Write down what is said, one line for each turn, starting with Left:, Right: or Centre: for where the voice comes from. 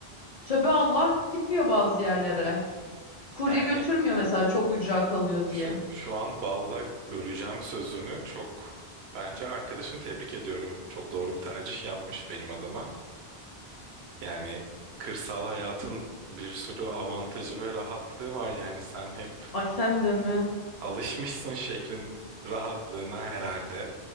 Left: Töbe Allah gitmiyor bazı yerlere. Kurye
Right: Yani
Left: götürmüyor mesela çok ücra kalıyor
Right: şu
Left: diye.
Right: şu an balla böleceğim sözünü çok bence arkadaşını tebrik ediyorum. Çok doğru bir tercih yapmış benim adıma. Yani kırsal hayatın bir sürü avantajı ve rahatlığı var. Yani sen hep
Left: Ay sen de mi?
Right: Alışmışsın şehrin rahatlığına herhalde.